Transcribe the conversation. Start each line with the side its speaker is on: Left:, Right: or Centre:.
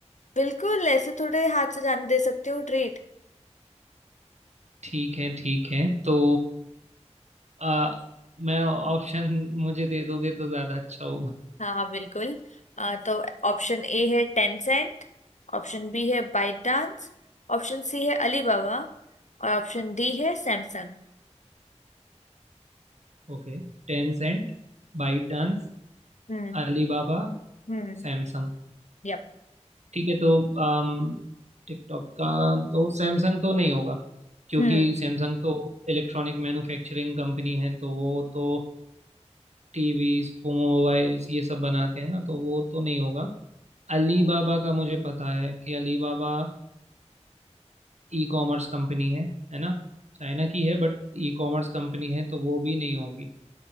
Left: बिल्कुल ऐसे थोड़े हाथ से जाने दे सकती हूँ ट्रीट
Right: ठीक है ठीक है तो आ, मैं ऑप्शन मुझे दे दोगे तो ज्यादा अच्छा होगा
Left: हाँ हाँ बिल्कुल अ, तो ऑप्शन ए है टेंसेंट ऑप्शन बी है बाइट डांस ऑप्शन सी है अलीबाबा और ऑप्शन डी है सैमसंग
Right: Okay Tencent ByteDance
Left: हम्म
Right: Alibaba
Left: हम्म
Right: Samsung
Left: यप
Right: ठीक है तो अम, टिकटॉक का तो सैमसंग तो नहीं होगा क्योंकि
Left: हम्म
Right: सैमसंग तो इलेक्ट्रॉनिक मैन्युफैक्चरिंग कंपनी है तो वो तो टीवीज मोबाइल्स ये सब बनाते हैं ना तो वो तो नहीं होगा अलीबाबा का मुझे पता है कि अलीबाबा ई कॉमर्स कंपनी है है ना चाइना की है बट ई कॉमर्स कंपनी है तो वो भी नहीं होगी